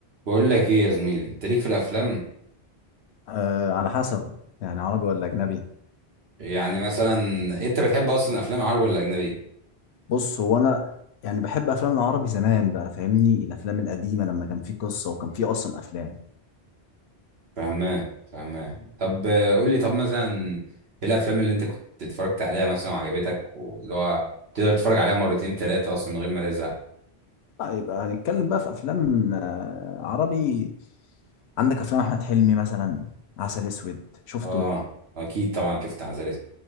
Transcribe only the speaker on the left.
آه على حسب يعني عربي ولا اجنبي
بص هو انا يعني بحب افلام العربي زمان بقى فاهمني الافلام القديمه لما كان في قصه وكان في اصلا افلام
لا يبقى هنتكلم بقى في افلام آه عربي عندك افلام احمد حلمي مثلا عسل اسود شفته